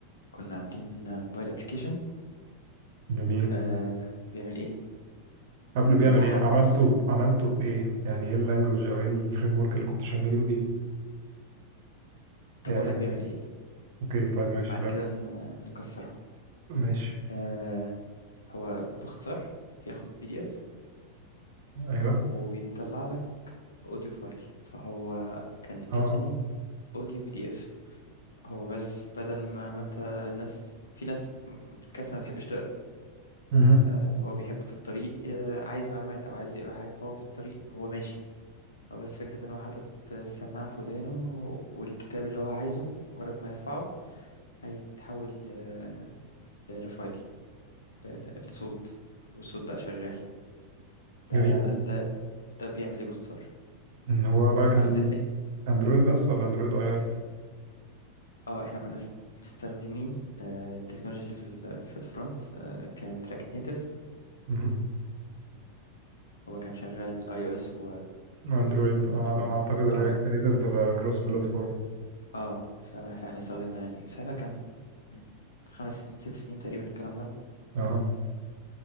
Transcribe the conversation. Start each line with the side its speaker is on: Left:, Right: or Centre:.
Left: كنا عاملين موبايل ابلكيشن
Right: جميل
Left: آه بيعمل ايه
Right: قبل بيعمل
Left: بيحول
Right: ايه عملته ب... عملته بايه يعني ايه اللانجوج او ايه الفريم ورك اللي كنتوا شغالين بيه
Left: طب
Right: يعني
Left: اقول لك بيعمل ايه
Right: اوكي طيب
Left: وبعد
Right: ماشي لا
Left: كده ن- نكسرها
Right: ماشي
Left: آه هو باختصار بياخد بي دي اف
Right: ايوه
Left: وبيطلع لك اوديو فايل فهو كان
Right: اه
Left: اسمه اوديو بي دي اف هو بس بدل ما, ما انت الناس في ناس بتكسل ما بتحبش تقرا
Right: مهم.
Left: آه هو بيحب في الطريق آه عايز معلومات او عايز يقرا حاجه فهو في الطريق وهو ماشي هو بس فكرة إن هو حاطط السماعة في ودانه والكتاب اللي هو عايزه مجرد ما يرفعه هيتحول آه، ل- لفايل ل- ل- لصوت والصوت بقى شغال ده
Right: جميل
Left: ده ده بيعمل إيه باختصار؟
Right: هو بقى
Left: استخدمنا
Right: كان اندرويد بس ولا اندرويد اي او
Left: اه احنا كنا س- مستخدمين آه، التكنولوجيا اللي في ال... في الفرونت آه، كانت رياكت نيتف
Right: اس
Left: هو كان شغال اي او اس
Right: اندرويد اه
Left: واندرويد
Right: على ما اعتقد الرياكت
Left: اه
Right: نيتف بقى كروس بلاتفورم
Left: اه ف- فاحنا استخدمنا يعني ساعتها كان من خمس من ست سنين تقريبا الكلام ده
Right: اه